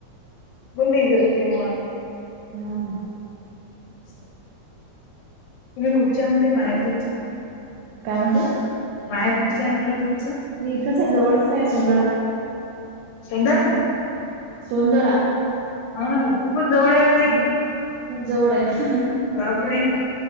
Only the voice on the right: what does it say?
हा ना.
ना
काय म्हटलं
हे इथंच आहे जवळच आहे सुोंदडा.
सौंदळा.
हम खूप जवळ आहे